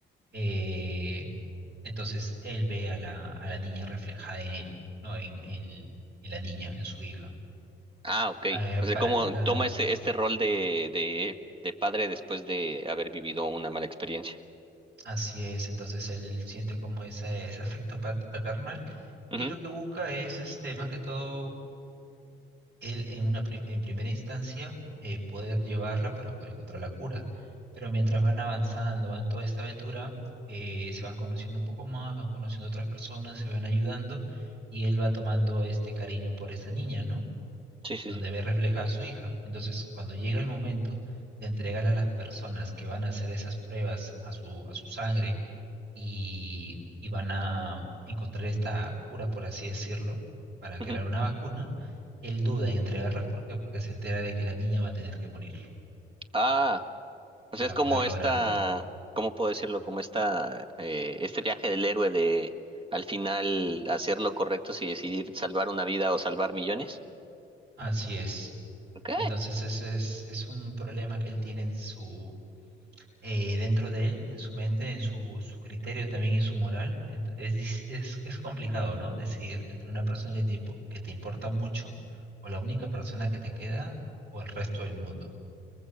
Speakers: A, on the right; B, on the right.
A: Eh, entonces, él ve a la, a la niña reflejada en él, ¿no? En, en en la niña, en su hija.
B: Ah, ok.
A: Eh,
B: O sea,
A: para,
B: cómo
A: claro,
B: toma este, este rol de, de, de padre después de haber vivido una mala experiencia.
A: así es. Entonces él siente como ese, ese afecto pat- paternal
B: Ujú.
A: y lo que busca es, este, más que todo, él en una pri- en primera instancia eh, poder llevarla para poder encontrar la cura. Pero mientras van avanzando, van toda esta aventura, eh, se van conociendo un poco más, van conociendo otras personas, se van ayudando y él va tomando este cariño por esa niña, ¿no?
B: Sí, sí,
A: donde
B: sí.
A: ve reflejada a su hija. Entonces, cuando llega el momento de entregar a las personas que van a hacer esas pruebas a su, a su sangre y, y van a encontrar esta cura, por así decirlo, para crear
B: Ujú.
A: una vacuna, él duda en entregarla. ¿Por qué? Porque se entera de que la niña va a tener que morir
B: Ah, o
A: para
B: sea, es como
A: poder lograrlo.
B: esta, ¿cómo puedo decirlo? Como esta, eh, este viaje del héroe de al final hacer lo correcto si decidir salvar una vida o salvar millones.
A: Así es.
B: Ok.
A: Entonces, ese es, es un problema que él tiene en su, eh, dentro de él, en su mente, en su, su criterio también y su moral. Ent- Es, dis- es, es complicado, ¿no? Decidir entre una persona que te, impo- que te importa mucho o la única persona que te queda o el resto del mundo.